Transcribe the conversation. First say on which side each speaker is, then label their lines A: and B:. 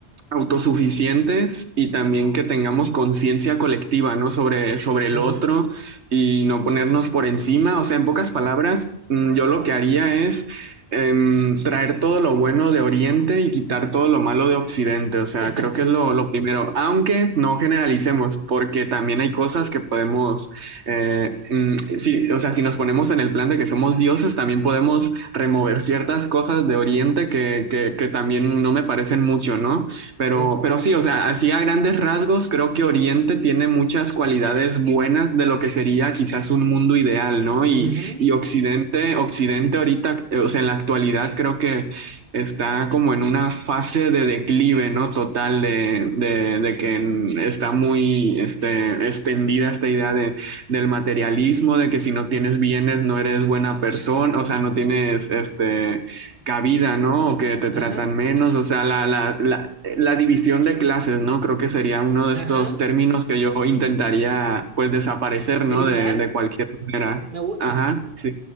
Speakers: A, on the right; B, on the right.
A: autosuficientes y también que tengamos conciencia colectiva, ¿no? Sobre, sobre
B: ujú.
A: el otro y no ponernos por encima. O sea, en pocas palabras, mm, yo lo que haría es em, traer todo lo bueno de Oriente y quitar todo lo malo de Occidente. O sea,
B: <laughs>
A: creo que es lo, lo primero, aunque no generalicemos, porque también hay cosas que podemos, eh, mm, sí, o sea, si nos ponemos en el plan de que somos dioses, también podemos remover ciertas cosas de Oriente que, que, que también no me parecen mucho, ¿no? Pero,
B: Eh,
A: pero sí, o sea, así a grandes rasgos, creo que Oriente tiene muchas cualidades buenas de lo que sería quizás un mundo ideal, ¿no? Y,
B: ujú,
A: y Occidente, Occidente ahorita, eh, o sea, en la actualidad creo que está como en una fase de declive, ¿no? Total de, de, de que en- está muy este, extendida esta idea de, del materialismo, de que si no tienes bienes no eres buena persona, o sea, no tienes este cabida, ¿no? O que te
B: Ajá,
A: tratan menos, o sea, la, la, la, la división de clases, ¿no? Creo que sería uno de
B: ajá.
A: estos términos que yo intentaría, pues, desaparecer, ¿no?
B: Eliminar,
A: De, de cualquier manera.
B: me gusta.
A: Ajá, sí.